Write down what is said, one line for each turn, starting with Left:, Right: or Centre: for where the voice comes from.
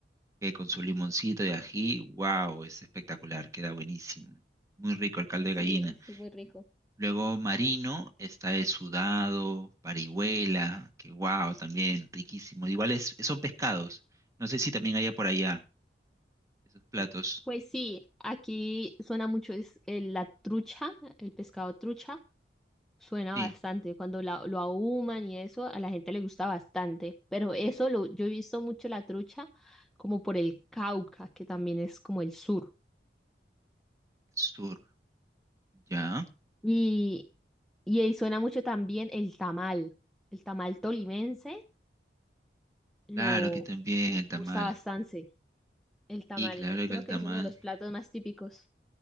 Right: que con su limoncito de ají, wow, es espectacular, queda buenísimo. Muy rico el caldo
Centre: Sí,
Right: de gallina.
Centre: eso es muy rico.
Right: Luego marino, está el sudado, parihuela, que wow, también riquísimo. Igual es, son pescados. No sé si también haya por allá. Esos platos.
Centre: Pues sí, aquí suena mucho es, el- la trucha, el pescado trucha, suena
Right: Sí,
Centre: bastante. Cuando la- lo ahuman y eso, a la gente le gusta bastante. Pero eso lo, yo he visto mucho la trucha como por el Cauca, que también es como el sur.
Right: sur. Ya.
Centre: Y, y ahí suena mucho también el tamal. El tamal tolimense lo
Right: Claro, aquí también
Centre: gu-
Right: el tamal.
Centre: gusta bastante. El tamal
Right: Y claro
Centre: creo
Right: que el
Centre: que
Right: tamal.
Centre: es uno de los platos más típicos.